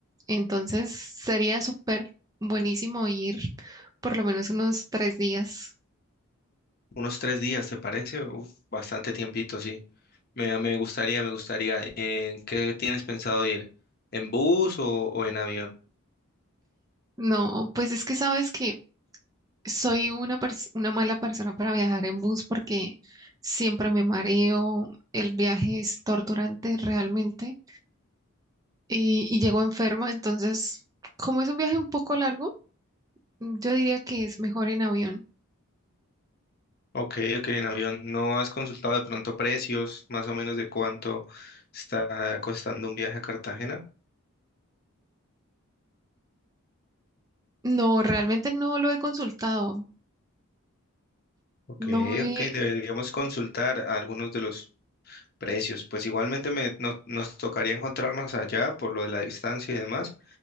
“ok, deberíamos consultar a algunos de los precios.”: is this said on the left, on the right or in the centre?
Left